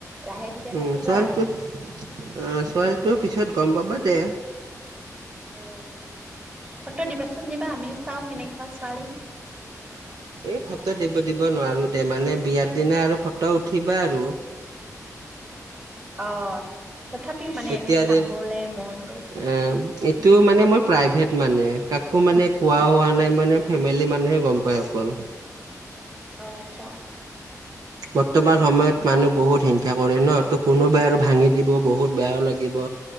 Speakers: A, on the right; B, on the right.
A: লাহে ধীৰে পাতি
B: উম
A: লোৱা
B: ছোৱালীটো
A: আৰু
B: ছোৱালীটোৰ পিছত গম পাবা দে।
A: উ ফটো দিবাচোন দিবা আমিও চাও কেনেকুৱা ছোৱালী।
B: এই ফটো দিব দিম। নোৱাৰোঁ দে বিয়াৰ দিন আৰু ফটো উঠিবা আৰু।
A: অ', তথাপিও মানে
B: এতিয়া
A: এনে চাবলে
B: দে
A: মন গৈছে।
B: এ এইটো মানে মই প্ৰাইভেট মানে কাকো মানে কোৱা হোৱা নাই। মানে ফেমিলি মানুহে গম অকল
A: অ আচ্ছা।
B: বৰ্তমান সময়ত মানুহ বহুত হিংসা কৰে ন তো কোনোবাই আৰু ভাঙি দিব বহুত বেয়াও লাগিব।